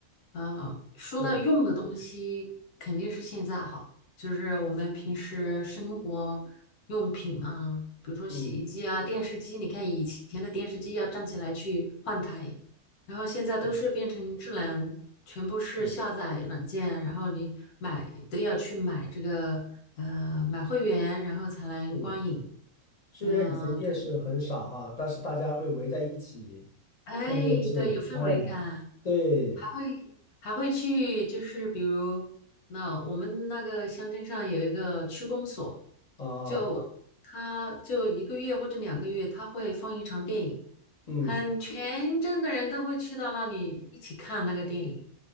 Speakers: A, on the left; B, on the left.
A: 呃，说到用的东西，
B: 对，
A: 肯定是现在好，就是我们平时生活用品啊，比如说洗衣机啊、
B: 嗯，
A: 电视机。你看以前的电视机要站起来去换台，然后现在都是变成智能，
B: 对，
A: 全部是下载软件，
B: 对，
A: 然后你买都要去买这个呃买会员，然后才能观影。
B: 是。虽然以前电视很少哈，
A: 嗯，对，
B: 但是大家会围在一起看电视。
A: 哎，对，有氛围感，
B: 哎呀，对，
A: 还会还会去，就是比如那我们那个乡镇上有一个区公所，
B: 啊，
A: 就他就一个月或者两个月，他会放一场电影，
B: 嗯，
A: 很全镇的人都会去到那里一起看那个电影。